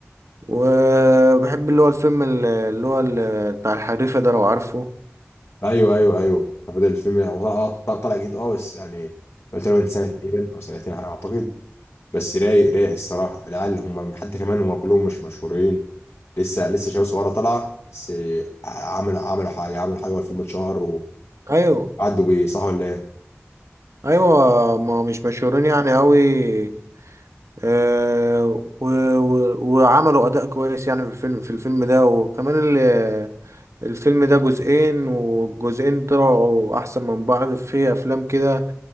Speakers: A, on the right (about 80°); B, on the left (about 65°).
A: وبحب اللي هو الفيلم اللي اللي هو ال- بتاع الحريفة ده لو عارفه
B: ايوه ايوه ايوه بدل الفيلم هو طلع طلع طلع جديد اه بس يعني قلت له من سنه تقريبا او سنتين على ما اعتقد بس رايق رايق الصراحه العيال هم حتى كمان هم كلهم مش مشهورين لسه لسه شباب صغيره طالعه بس آه، عملوا عملوا حاجه عملوا حاجه والفيلم اتشهر
A: أيوه
B: وعدوا بيه صح ولا ايه؟
A: ايوه ما مش مشهورين يعني قوي آه و و وعملوا اداء كويس يعني في الفيلم في الفيلم ده وكمان ال- الفيلم ده جزئين والجزئين طلعوا احسن من بعض في افلام كده